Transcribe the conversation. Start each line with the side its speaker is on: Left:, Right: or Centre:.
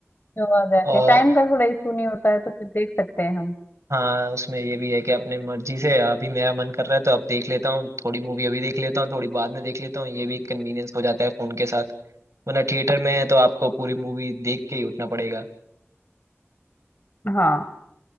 Left: जो आ जाती
Right: और
Left: है टाइम का थोड़ा इशू नहीं होता है तो फिर देख सकते हैं हम
Right: हाँ उसमें ये भी है कि अपने मर्जी से अभी मेरा मन कर रहा है तो अब देख लेता हूँ थोड़ी मूवी अभी देख लेता हूँ थोड़ी बाद में देख लेता हूँ ये भी एक कन्वीनियंस हो जाता है फोन के साथ वरना थिएटर में है तो आपको पूरी मूवी देख के ही उठना पड़ेगा
Left: हाँ